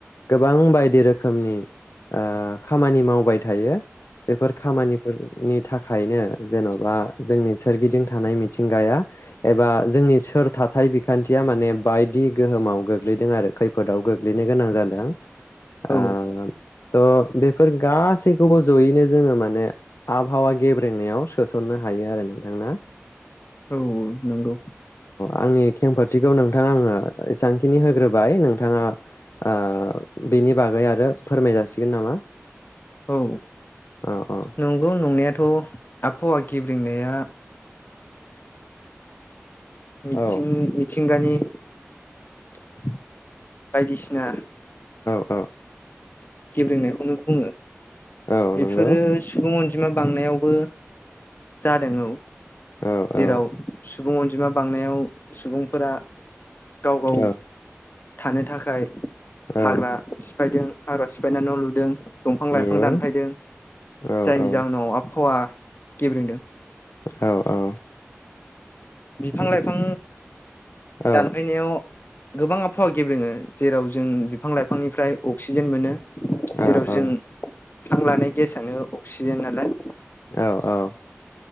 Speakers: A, on the left; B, on the left.
A: गोबां बायदि रोखोमनि आ खामानि मावबाय थायो। बेफोर खामानिफोरनि थाखायनो जेन'बा जोंनि सोरगिदिं थानाय मिथिंगाया बा जोंनि सोर थाथाय बिखान्थिया माने बायदि गोहोमाव गोग्लैदों आरो खैफोदाव गोग्लैनो गोनां जादों
B: औ
A: आ त' बेफोर गासैखौबो जयैनो जोङो मानो आबहावा गेब्रेंनायाव सोसनो हायो आरो नोंथांना
B: औ नोंगौ
A: आंनि खेंफोरथिखौ नोंथां आङो एसांखिनि होग्रोबाय नोंथाङा आ बेनि बागै आरो फोरमाय जासिगोन नामा?
B: औ
A: औ औ
B: नंगौ नंनायात थ आबहावा गेब्रेंनाया मिथिं
A: औ
B: मिथिंगानि
A: <inaudible>
B: बायदिसिना
A: अ
B: गेब्रेंनायखौनो बुङो
A: औ
B: बेफोरो
A: नंगौ
B: सुबुं अनजि बिमा बांनायावबो जादों औ
A: औ
B: जेराव
A: औ
B: सु बुं अनजिमा बांनायाव सुबुंफोरा गाव गाव
A: औ
B: थानो थाखाय हाग्रा
A: औ
B: फायदों हाग्रा सिफायनानै न लुदों। दंफां लाइफां
A: नंगौ
B: दानफायदों
A: औ
B: जायनि
A: औ
B: जाउनाव आबहावा गेब्रेंदों
A: औ औ
B: बिफां लाइफां
A: औ
B: दानफायनायाव गोबां आबहावा गेब्रेङो जेराव जों बिफां लाइफांनिफ्राय अक्सिजेन मोनो। जेराव
A: ओ
B: जों
A: औ
B: हां लानाय गेसानो अक्सिजेन नालाय।
A: औ औ